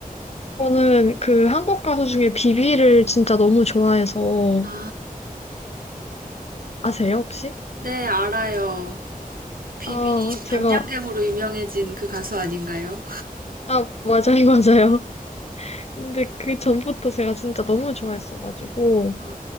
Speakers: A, on the left; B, on the right.
A: 저는 그 한국 가수 중에 비비를 진짜 너무 좋아해서
B: 아,
A: 아세요, 혹시?
B: 네, 알아요. 비비
A: 아, 제가,
B: 밤양갱으로 유명해진 그 가수 아닌가요?
A: 아, 맞아요, <laughs> 맞아요. 근데 그 전부터 제가 진짜 너무 좋아했어가지고,
B: 아,